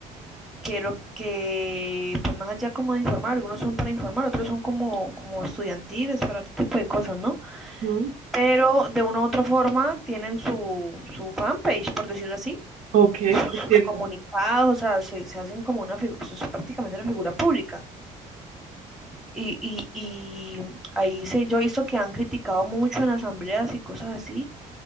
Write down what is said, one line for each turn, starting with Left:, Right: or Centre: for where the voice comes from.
Centre: que lo que, pues más allá como de informar, algunos son para informar, otros son como, como estudiantiles, para otro tipo de cosas, ¿no?
Right: Ujú.
Centre: Pero de una u otra forma tienen su, su fanpage, por decirlo así,
Right: Ok,
Centre: y sus,
Right: entiendo.
Centre: sus comunicados, o sea, se, se hacen como una figura, es prácticamente una figura pública. Y, y, y ahí se yo he visto que han criticado mucho en asambleas y cosas así,